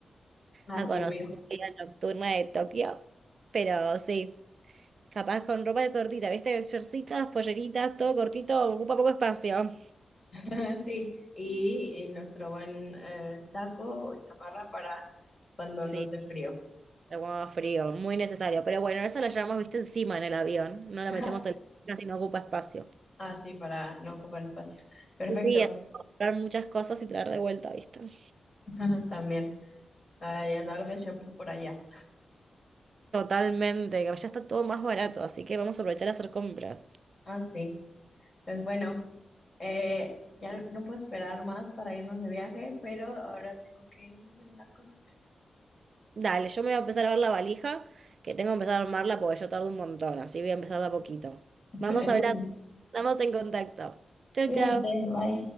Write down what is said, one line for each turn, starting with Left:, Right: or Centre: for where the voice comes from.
Left: Así,
Right: a conocer
Left: obvio
Right: la vida nocturna de Tokio, pero sí, capaz con ropa de cortita, ¿viste? Shortcitas, polleritas, todo cortito, ocupa poco espacio.
Left: <laughs> Sí, y, y nuestro buen eh, saco o chamarra para cuando
Right: Sí.
Left: nos dé frío.
Right: Agua frío, muy necesario. Pero bueno, esa la llevamos, viste, encima en el avión. No
Left: <laughs>
Right: la metemos en la casi no ocupa espacio.
Left: Ah, sí, para no ocupar espacio. Perfecto,
Right: sí sí, es comprar muchas cosas y traer de vuelta, viste.
Left: <laughs> también. Ay, andar de shopping por allá.
Right: Totalmente, que ya está todo más barato, así que vamos a aprovechar a hacer compras.
Left: Ah, sí. Pues bueno, eh, ya no puedo esperar más para irnos de viaje, pero ahora tengo que irme a hacer unas cosas.
Right: Dale, yo me voy a empezar a ver la valija, que tengo que empezar a armarla porque yo tardo un montón, así voy a empezar de a poquito.
Left: <laughs>
Right: Vamos hablando, estamos en contacto. Chao,
Left: Cuídate,
Right: chao.
Left: bye.